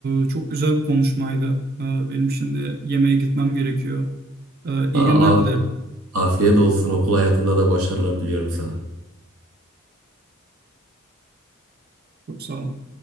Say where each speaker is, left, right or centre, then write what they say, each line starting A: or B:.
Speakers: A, on the right; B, on the right.
A: Ee, çok güzel bir konuşmaydı. Ee, benim şimdi yemeğe gitmem gerekiyor. Ee, iyi
B: Aa,
A: günler dilerim.
B: afiyet olsun. Okul hayatında da başarılar diliyorum sana.
A: Çok sağ olun.